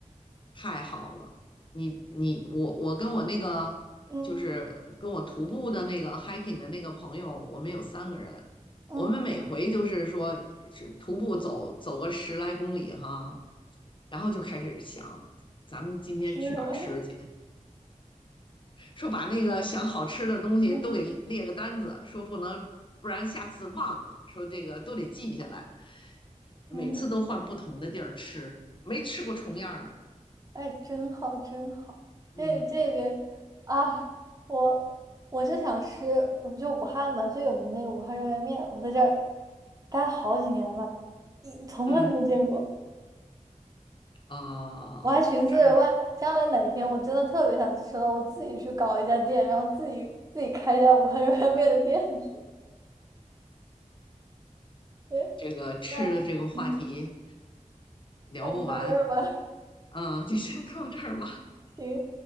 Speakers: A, on the left; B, on the right.
A: 太好了。你你我我跟我那个就是跟我徒步的那个
B: 嗯
A: hiking 的那个朋友，我们有三个人，
B: 嗯，
A: 我们每回就是说是徒步走走个十来公里哈，然后就开始想咱们今天去哪儿吃去，
B: 吃什么？
A: 说把那个想好吃的东西都给列个单子，
B: <laughs> 嗯
A: 说不能不然下次忘了，说这个都得记下来。
B: 嗯。
A: 每次都换不同的地儿吃，没吃过重样儿的。
B: 哎，真好，真好。这这边啊，
A: 嗯
B: 我我就想吃，我就武汉嘛，最有名的那个武汉热干面，我在这儿待了好几年了，一从来没有见过。
A: 嗯，呃，
B: 我还寻思着，
A: 这儿
B: 万将来哪天我真的特别想吃了，我自己去搞一家店，然后自己自己开一家武汉热干面的店去。哎，
A: 这个吃的这个话题
B: 那嗯，
A: 聊不完，
B: 那你到这儿吧，
A: 嗯，就先到这儿吧。
B: <laughs> 行。